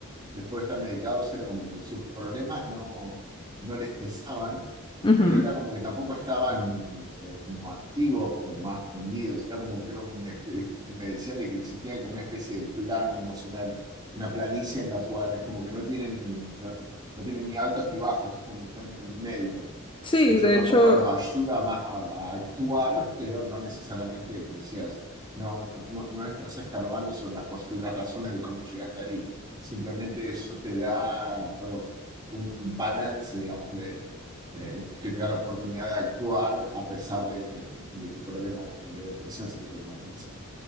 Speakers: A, on the right; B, on the left.
A: después de estar medicados era como que sus problemas no, no les pesaban,
B: Ujú.
A: pero era como que tampoco estaban eh, como activos, como más prendidos, era como que era un, este, me decían de que existía como una especie de plano emocional, una planicie en la cual es como que no tienen ni, no, no tienen ni altos ni bajos, es como que están en el medio
B: Sí,
A: que de cierta
B: de hecho,
A: forma los ayuda más a, a actuar, pero no necesariamente, como decías, no, no, no, no estás escarbando sobre las posibles razones de cómo llegaste ahí. Simplemente eso te da, bueno, un balance, digámosle eh, que te da la oportunidad de actuar a pesar de, de- de tu problema de, de depresión, si le queremos decir así.